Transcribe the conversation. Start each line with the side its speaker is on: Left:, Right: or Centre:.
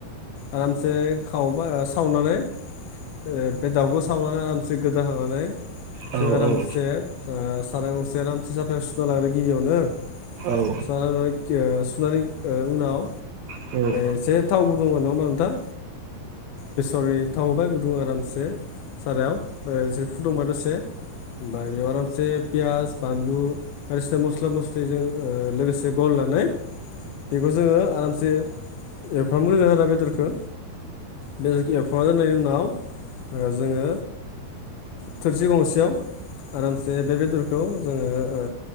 Left: आरामसे खावबा सावनानै ओ बे दावखौ सावनानै आरामसे गोदाखांनानै
Right: औ
Left: जों आरामसे
Right: औ
Left: ओ। सारा रामसि सुना लादों गिबियावनो
Right: औ
Left: <unintelligible> सुनानै उनाव
Right: औ
Left: एसे थाव गुदुंआ नङा मा नोंथां बेसरनि थाव होबाय गुदुं आरामसे सारायाव दै एसे फुदुंबाय दसे ओमफ्राय बेयाव आरामसे। पियास बानलु बायदिसिना मस्ला मस्लिजों ओ लोगोसे गलायनानै। बेखौ जोङो आरामसे एरफ्राम ग्रोदो आरो बेदरखौ बे सा जोननायनि उनाव जोङो थोरसि गंसेयाव आरामसे बे बेदरखौ जोङो ओ।